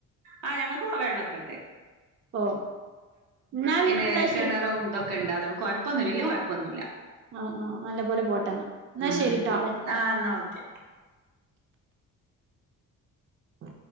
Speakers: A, on the right; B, on the right.
A: ആ ഞങ്ങൾക്ക് ഇപ്പൊ വെള്ളമൊക്കെയിണ്ട്
B: ഓ എന്നാ
A: പിന്നെ
B: പിന്നെന്താ
A: കെണറും
B: ശരിട്ടോ
A: ഇതൊക്കെ ഉണ്ടാതൊ കുഴപ്പൊന്നും വല്യ കൊഴപ്പൊന്നുല്ല
B: ആഹ് ആഹ് നല്ല പോലെ പോട്ടെന്നാ എന്നാ
A: ഉം
B: ശരിട്ടോ
A: ഉം ആ എന്നാ ഓക്കെ
B: ആ